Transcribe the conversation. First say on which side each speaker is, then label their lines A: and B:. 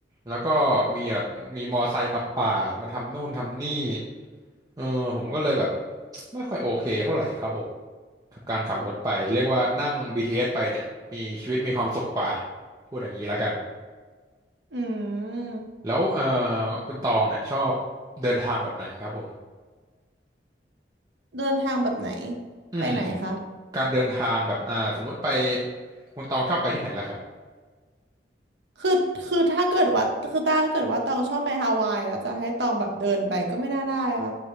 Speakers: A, on the right; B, on the right.
A: แล้วก็มีแบบมีมอไซค์มาปาดมาทำนู่นทำนี่ เออผมก็เลยแบบ <tsk> ไม่ค่อยโอเคเท่าไหร่ครับผมกับการขับรถไปเรียกว่านั่งบีทีเ t สไปเนี่ยมีชีวิตมีความสุขกว่าพูดอย่างนี้แล้วกัน
B: อืม
A: แล้วเออคุณตองเนี่ยชอบเดินทางแบบไหนครับผม
B: เดินทางแบบไหน
A: อืม
B: ไปไหนคะ
A: การเดินทางแบบอ่าสมมุติไปคุณตองชอบไปที่ไหนล่ะครับ
B: คือคือถ้าเกิดว่าคือถ้าเกิดว่าตองชอบไปฮาวายแล้วจะให้ตองแบบเดินไปก็ไม่น่าได้ปะ